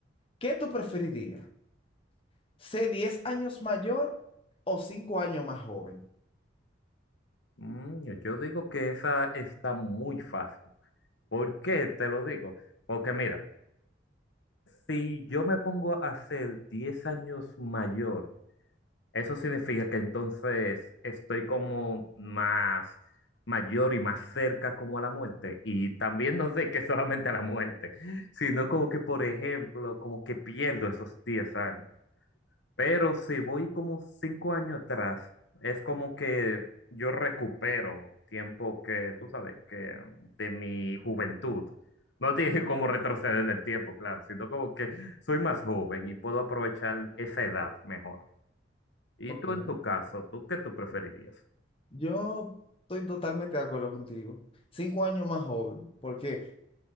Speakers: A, on the left; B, on the left.
A: ¿Qué tú preferirías? ¿Ser 10 años mayor o 5 años más joven?
B: Mm, yo yo digo que esa está muy fácil. ¿Por qué te lo digo? Porque mira, si yo me pongo a ser 10 años mayor, eso significa que entonces estoy como más mayor y más cerca como a la muerte. Y también no sé que solamente a la muerte, sino como que, por ejemplo, como que pierdo esos 10 años. Pero si voy como cinco años atrás, es como que yo recupero tiempo que, tú sabes, que mm, de mi juventud. No <laughs> tiene como retroceder en el tiempo, claro, sino como que soy más joven y puedo aprovechar esa edad mejor. Y
A: Ok,
B: tú en tu caso, ¿tú qué tú preferirías?
A: yo estoy totalmente de acuerdo contigo. 5 años más joven, porque